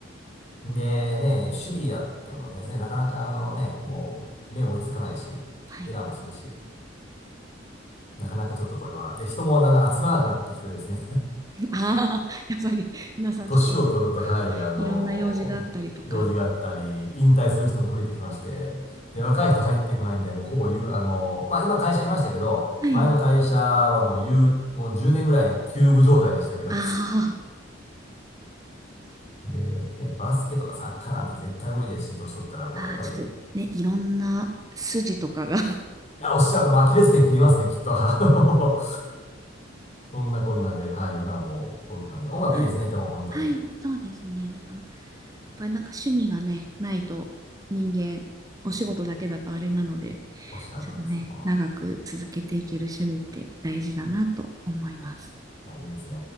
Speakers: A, on the left; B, on the right.
A: でね、守備やってもですね、なかなかあのね、もう目追いつかないし、
B: はい。
A: エラーもするし、なかなかちょっとこれは、で、人もだんだん集まらなくなってきてですね、
B: <laughs> ああ、<laughs> やっぱり、
A: <laughs>
B: 皆さんちょっと、
A: 年を取ると、
B: <laughs>
A: はい、あの用事があったり、
B: いろんな用事があったりとか。
A: 引退する人も増えてきまして、で、若い人入ってこないんで、もうほぼ言う、あのまあ今会社いましたけど、
B: はい。
A: 前の会社はもう言う、もう10年ぐらい休部状態でしたけど、
B: あ
A: で、ね、バスケとかサッカーなんて絶対無理ですし、年取ったらもうやっぱり
B: あ、ああ、ちょっとね、いろんな筋とかが。
A: いや、おっしゃると、アキレス腱切りますね、きっと。<laughs> あのそんなこんなで、はい、今はもうゴルフなんで。音楽いいですね、
B: はい、
A: でも本当に。
B: はいそうですね。なんか、やっぱりなんか趣味がね、ないと人間、お仕事だけだとあれなので、
A: おっしゃる通りです。
B: ちょっとね、
A: も
B: 長く続けていける趣味って大事だなと思います。
A: うはい、いいですね。